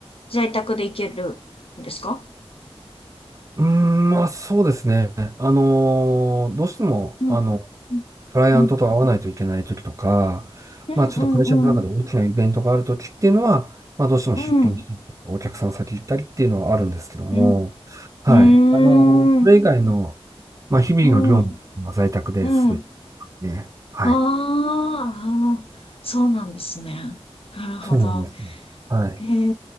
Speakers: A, on the left; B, on the right.
A: 在宅で行けるんですか
B: うーん、まあそうですね。あのーどうしても、
A: うん
B: あの、
A: うん
B: クライアントと会わないといけない時とか、
A: うん。うんうんうん。
B: まあちょっと会社の中で大きなイベントがある時っていうのは、まあどうしても出勤したりとか、
A: うん。
B: お客さん先行ったりっていうのはあるんですけども、
A: うん。
B: はい。
A: うーん。
B: あの、それ以外の、まあ日々の業務は在宅ですべて
A: うん。うん。
B: ね。はい。
A: あーあー、そうなんですね。なるほど。
B: そうなんですね。はい。
A: へえ、